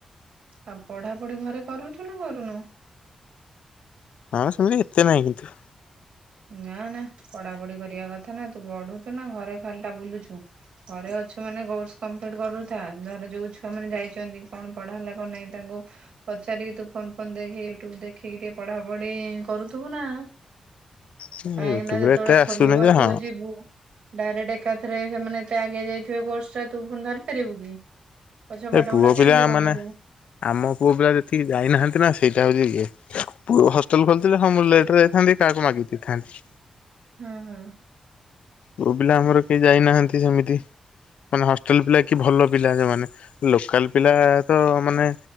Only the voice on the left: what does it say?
ହଁ ସେମିତି ଏତେ ନାହିଁ କିନ୍ତୁ।
ୟୁଟ୍ୟୁବରେ
ଏତେ
ଆସୁନି ଯେ
ହଁ
ଏ ପୁଅ
ପିଲା
ମାନେ
ଆମ ପୁଅ ପିଲା ଯେତିକି ଯାଇନାହାନ୍ତି ନା ସେଇଟା ହଉଚି ଇଏ ପୁ ହଷ୍ଟେଲ୍ ଖୋଲିଥିଲେ ହଁଁ ମୁଁ ଲେଟ୍ ରେ ଯାଇଥାନ୍ତି କାଆକୁ ମାଗି ଦେଇଥାନ୍ତି।
ପୁଅ ପିଲା ଆମର କେହି ଯାଇନାହାନ୍ତି ସେମିତି। ମାନେ ହଷ୍ଟେଲ ପିଲା କି ଭଲ ପିଲା ସେମାନେେ ଲୋକାଲ୍ ପିଲା ତ ମାନେ